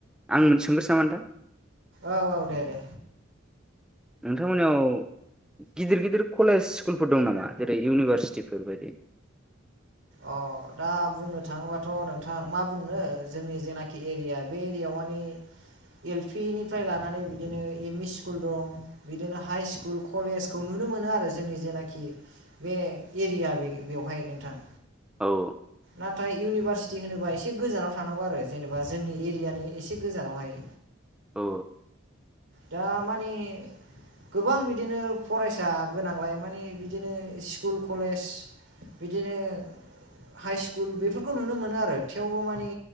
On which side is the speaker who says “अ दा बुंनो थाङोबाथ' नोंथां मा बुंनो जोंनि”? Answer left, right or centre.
Right